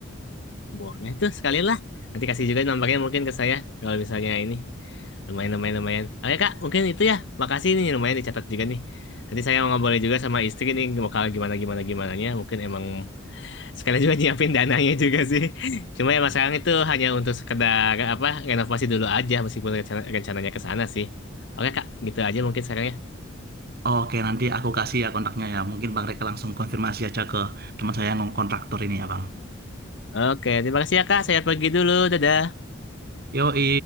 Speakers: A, on the left; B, on the right.
A: boleh tuh sekali lah. Nanti kasih juga nomornya mungkin ke saya kalau misalnya ini lumayan lumayan lumayan. Oke Kak, mungkin itu ya. Makasih nih lumayan dicatat juga nih. Nanti saya mau ngobrol juga sama istri nih bakal gimana gimana gimana Mungkin emang Sekalian juga nyiapin dananya juga sih. <laughs> Cuma ya sekarang itu hanya untuk sekedar apa renovasi dulu aja meskipun rencana- rencananya ke sana sih. Oke Kak, gitu aja mungkin sekarang ya.
B: Oke, nanti aku kasih ya kontaknya ya. Mungkin Bang Reka langsung konfirmasi aja ke teman saya yang kontraktor ini ya, Bang.
A: Oke, terima kasih ya Kak. Saya pergi dulu. Dadah.
B: Yoi.